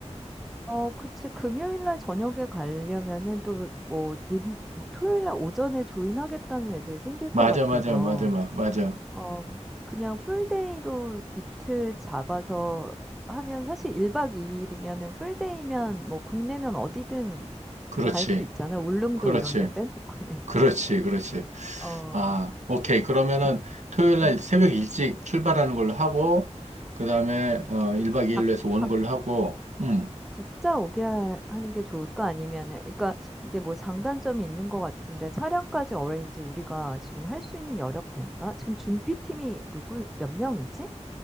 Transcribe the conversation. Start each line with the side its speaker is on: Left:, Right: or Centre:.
Centre: 어, 그치. 금요일 날 저녁에 가려면은 또 뭐, 늦, 막 토요일 날 오전에 조인하겠다는 애들 생길
Right: 맞아,
Centre: 것 같아서.
Right: 맞아, 맞아, 맞아. 맞아.
Centre: 어, 그, 그냥 풀데이로 이틀 잡아서 하면 사실 1박 2일이면은 풀데이면 뭐 국내면 어디든
Right: 그렇지.
Centre: 갈 수 있잖아. 울릉도
Right: 그렇지.
Centre: 이런 데 빼놓고는.
Right: 그렇지. 그렇지.
Centre: <laughs> 어,
Right: 아, 오케이. 그러면은
Centre: 각,
Right: 토요일 날
Centre: 음,
Right: 새벽
Centre: 음,
Right: 일찍 출발하는 걸로 하고, 그 다음에
Centre: 음.
Right: 어, 1박 2일로
Centre: 각,
Right: 해서 오는
Centre: 각,
Right: 걸로 하고, 음.
Centre: 각자 오게 할- 하는 게 좋을까? 아니면은, 그러니까 이게 뭐 장단점이 있는 것 같은데 차량까지 어레인지 우리가 지금 할 수 있는 여력 되나? 지금 준비팀이 누구, 몇 명이지?